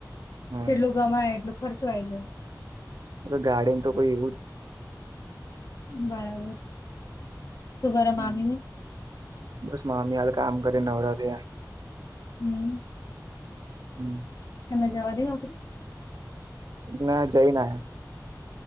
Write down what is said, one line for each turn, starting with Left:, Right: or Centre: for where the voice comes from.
Right: આવે
Left: જેટલું
Right: ને.
Left: કમાય એટલું ખર્ચો આવી જાય.
Right: તો ગાડી એમ તો કોઈ એવુંજ.
Left: બરાબર શું કર મામી
Right: હમ.
Left: ને
Right: બસ મામી હાલ કામ કરે નવરા થયા.
Left: હમ.
Right: હમ.
Left: એમાં જવા દ નોક
Right: ના જઈ ના.